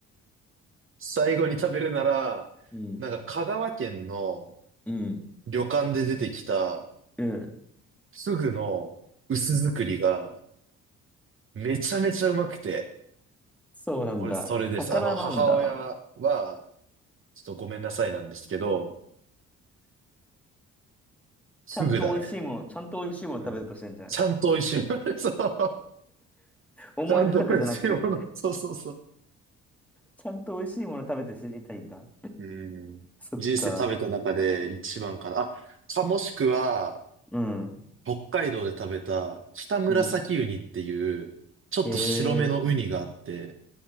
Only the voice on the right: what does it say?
<laughs> 最後に食べるなら、
なんか香川県の
旅館で出てきた
フグの薄作りがめちゃめちゃうまくて、
俺それです。
あの、母親は、ちょっとごめんなさいなんですけど、
フグだね。
はい。ちゃんと美味しいもの。<laughs> そう。
ちゃんと美味しいもの。そうそうそう。
うん。
人生食べた中で一番かな。あ、かもしくは、
北海道で食べた北紫ウニっていう、
ちょっと白めのウニがあって、